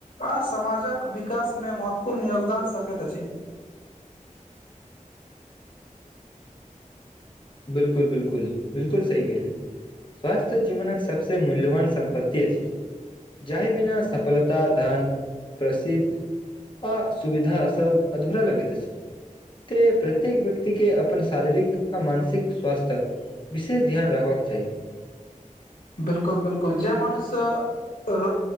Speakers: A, on the left (about 80°); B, on the left (about 35°).
A: आ समाजक विकासमे महत्वपूर्ण योगदान सकैत अछि।
B: बिल्कूल बिल्कूल बिल्कूल सही कहै। स्वास्थ्य जीवनक सबसे मूल्यवान सम्पत्ति अछि। जहि बिना सफलता धान प्रसिद्ध। आ सुविधा सभ अधूरा लगैत छै। तेँ प्रत्येक व्यक्तिके अपन शारीरिक आ मानसिक। सिख स्वास्थ्यक विशेष ध्यान रखबाक चाही।
A: बिलकुल, बिलकुल। जे मनुष्य र।